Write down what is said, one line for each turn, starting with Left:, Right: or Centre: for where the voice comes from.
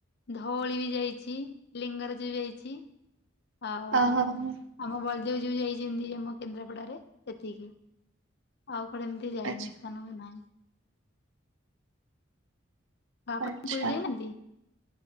Left: ଧଉଳି ବି ଯାଇଚି ଲିଙ୍ଗରାଜ ବି ଯାଇଚି। ଆଉ
Right: ଆ ହୋ ହୋ।
Left: ଆମ ବଳଦେବଜୀଉ ଯାଇଛନ୍ତି ଆମ କେନ୍ଦ୍ରାପଡାରେ ଏତିକି ଆଉ କୁଆଡେ ଏମିତି ଯାଇନି
Right: ଆଚ୍ଛା
Left: ସ୍ଥାନ ବି ନାହିଁ। ଆଉ ଆପଣ
Right: ଆଚ୍ଛା।
Left: ପୁରୀ ଯାଇନାହାନ୍ତି।